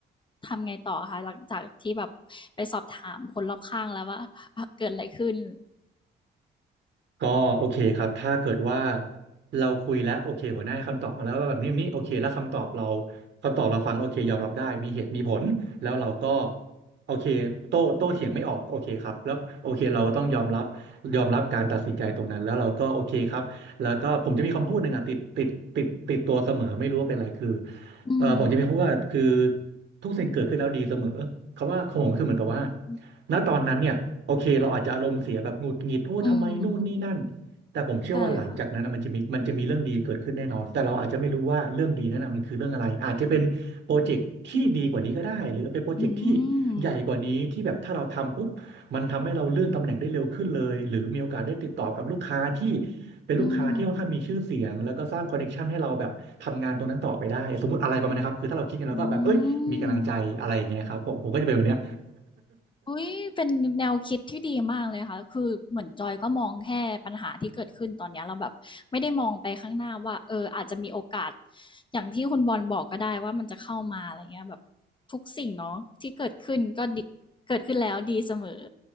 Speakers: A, on the left; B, on the right.
A: ทำไงต่อคะหลังจากที่แบบไปสอบถามคนรอบข้างแล้วว่าเกิดอะไรขึ้น
B: ก็โอเคครับถ้าเกิดว่าเราคุยแล้วโอเคหัวหน้าให้คำตอบมาแล้วว่าแบบนี้แบบนี้โอเคแล้วคำตอบเราคำตอบเราฟังโอเคยอมรับได้มีเหตุมีผลแล้วเราก็โอเคโต้โต้เถียงไม่ออกโอเคครับแล้วโอเคเราต้องยอมรับยอมรับการตัดสินใจตรงนั้นแล้วเราก็โอเคครับแล้วก็ผมจะมีคำพูดหนึ่งอะติดติดติดติดตัวเสมอไม่รู้ว่าเป็นอะไรคือ
A: อืม
B: เออผมจะมีคำพูดว่าคือทุกสิ่งเกิดขึ้นแล้วดีเสมอคำว่าของผมคือเหมือนกับว่า
A: อ๋อ
B: ณตอนนั้นเนี่ยโอเคเราอาจจะอารมณ์เสียแบบหงุดหงิดโอ้ทำไมนู่นนี่นั่น
A: อืม
B: แต่ผมเชื่อว่าหลังจากนั้นนะมันจะมีมันจะมีเรื่องดีเกิดขึ้นแน่นอนแต่เราอาจจะไม่รู้ว่าเรื่องดีนั้นนะมันคือเรื่องอะไรอาจจะเป็นโปรเจกต์ที่ดีกว่านี้ก็ได้หรือเป็นโปรเจกต์ที่
A: ใช่ค่ะอืม
B: ใหญ่กว่านี้ที่แบบถ้าเราทำปุ๊บมันทำให้เราเลื่อนตำแหน่งได้เร็วขึ้นเลยหรือมีโอกาสได้ติดต่อกับลูกค้าที่เป็นลูกค้าที่ค่อนข้างมีชื่อเสียงแล้วก็สร้างคอนเนคชันให้เราแบบทำงานตรงนั้นต่อไปได้สมมติอะไรประมาณนี้ครับคือถ้าเราคิดกันแล้วก็แบบเอ้ยมีกำลังใจอะไรอย่างเงี้ยครับผมผมก็จะเป็นแบบเนี้ย
A: อืมอืม อุ๊ยเป็นแนวคิดที่ดีมากเลยค่ะคือเหมือนจอยก็มองแค่ปัญหาที่เกิดขึ้นตอนเนี้ยเราแบบไม่ได้มองไปข้างหน้าว่าเอออาจจะมีโอกาสอย่างที่คุณบอลบอกก็ได้ว่ามันจะเข้ามาอะไรเงี้ยแบบทุกสิ่งเนาะที่เกิดขึ้นก็ดเกิดขึ้นแล้วดีเสมอ